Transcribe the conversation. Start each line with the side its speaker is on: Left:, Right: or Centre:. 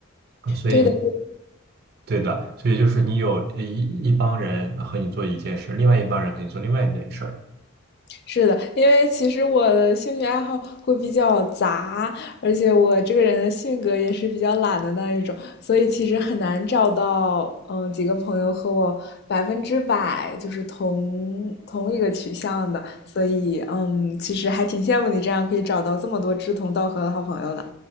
Right: 呃所以
Left: 对的，
Right: 对的，所以就是你有呃一一帮人和你做一件事，另外一帮人和你做另外一件事，
Left: 是的，因为其实我的兴趣爱好会比较杂，而且我这个人的性格也是比较懒的那一种，所以其实很难找到，嗯，几个朋友和我百分之百就是同同一个取向的，所以，嗯，其实还挺羡慕你这样可以找到这么多志同道合的好朋友的。